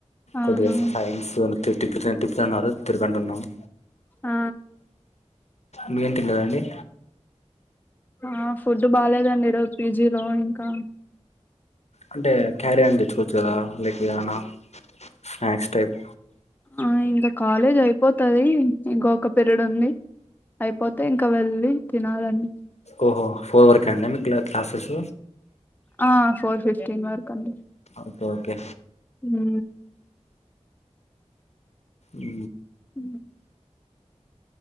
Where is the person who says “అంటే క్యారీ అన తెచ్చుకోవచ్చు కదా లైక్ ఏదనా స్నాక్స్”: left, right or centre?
Left